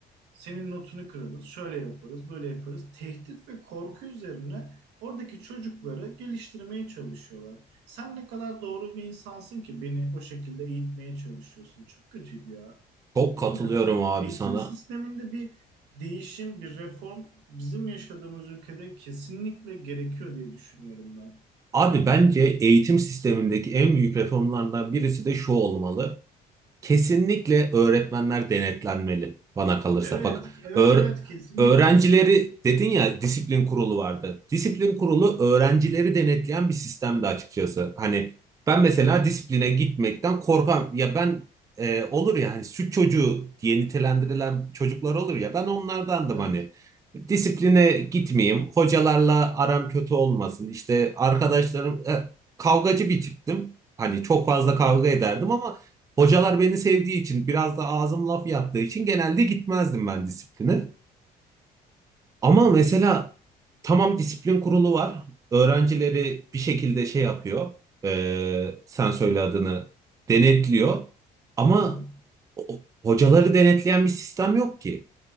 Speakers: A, on the right (about 85°); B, on the right (about 20°).
A: senin notunu kırarız, şöyle yaparız, böyle yaparız. Tehdit ve korku üzerine oradaki çocukları geliştirmeye çalışıyorlar. Sen ne kadar doğru bir insansın ki beni o şekilde eğitmeye çalışıyorsun. Çok kötüydü ya.
B: Çok
A: Bilmiyorum
B: katılıyorum
A: yani.
B: abi
A: Eğitim
B: sana.
A: sisteminde bir değişim, bir reform bizim yaşadığımız ülkede kesinlikle gerekiyor diye düşünüyorum ben.
B: Abi bence eğitim sistemindeki en büyük reformlardan birisi de şu olmalı. Kesinlikle öğretmenler denetlenmeli bana kalırsa.
A: Evet,
B: Bak
A: evet,
B: öğ-
A: evet, kesinlikle.
B: öğrencileri dedin ya disiplin kurulu vardı. Disiplin kurulu öğrencileri denetleyen bir sistemdi açıkçası. Hani ben mesela disipline gitmekten korkan ya ben e, olur ya hani süt çocuğu diye nitelendirilen çocuklar olur ya ben onlardandım
A: Evet,
B: hani. Disipline gitmeyeyim, hocalarla aram kötü olmasın. işte arkadaşlarım e, kavgacı bir tiptim. Hani çok fazla
A: evet.
B: kavga ederdim ama Hocalar beni sevdiği için biraz da ağzım laf yaptığı için genelde gitmezdim ben disipline. Ama mesela tamam disiplin kurulu var. Öğrencileri bir şekilde şey yapıyor. Ee, sen söyle adını denetliyor. Ama
A: Hı hı.
B: o- hocaları denetleyen bir sistem yok ki.